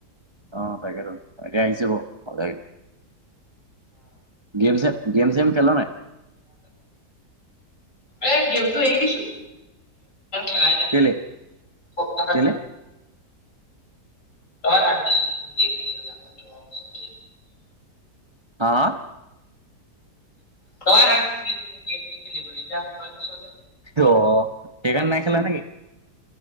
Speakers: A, on the right; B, on the left.
A: অ' তাকেতো, তাকে আহিছে বাৰু গাড়ীত। গেম-চেম গেম, চেম খেল নাই?
B: এই গেমটো এৰি দিছো। খেলাই নাই,
A: কেলে
B: সপ্তাহত
A: কেলে
B: <unintelligible>
A: হা, হা
B: তয়ে হাক দিছিলি দেখোন গেমটো খেলিবলৈ এতিয়া তই কৈছ যে
A: ত' সেইকাৰণে নাই খেলা নেকি?